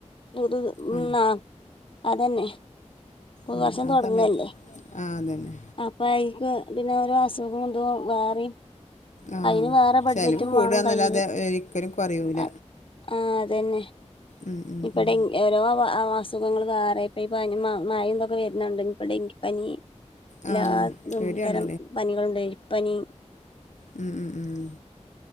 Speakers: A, on the left; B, on the left.
A: പുത്
B: ആ
A: ഉം ആഹ് അതന്നെ പുതുവർഷം
B: ഉം, ആ
A: തൊടങ്ങല്ലേ
B: സമയത്ത് ആ അതന്നെ
A: അപ്പ ഐക്ക് പിന്നെ ഓരോ അസുഗോത് വേറീം
B: ആ
A: അയിന് വേറെ ബഡ്ജറ്റും
B: ചിലവ് കൂടുകയെന്നല്ലാതെ
A: വാണം കയ്യില്
B: ഒരിക്കലും കുറയൂല
A: അഹ് ആഹ് അതന്നെ
B: ഉം, ഉം,
A: ഇപ്പടെ
B: ഉം.
A: ഓരോ അവ അസുഖങ്ങൾ വേറെ ഇപ്പ പനി മഴൊക്കെ വരുന്നോണ്ട് ഇനിപ്പോ ഡെങ്കിപ്പനി എല്ലാതും
B: ആ പേടിയാണ്
A: ഇതരം പനികളുണ്ട് എലിപ്പനി.
B: മ്മ് മ്മ് മ്മ്.